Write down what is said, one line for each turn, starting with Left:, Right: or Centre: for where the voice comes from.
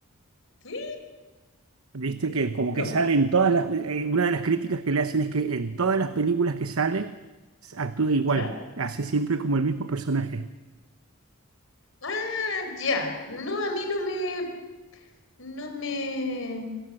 Left: ¿Sí?
Right: Viste que como
Left: No.
Right: que sale en todas las... eh, una de las críticas que le hacen es que en todas las películas que sale s- actúa igual,
Left: ¿Ya?
Right: hace siempre como el mismo personaje.
Left: Ah, ya. No, a mí no me, no me,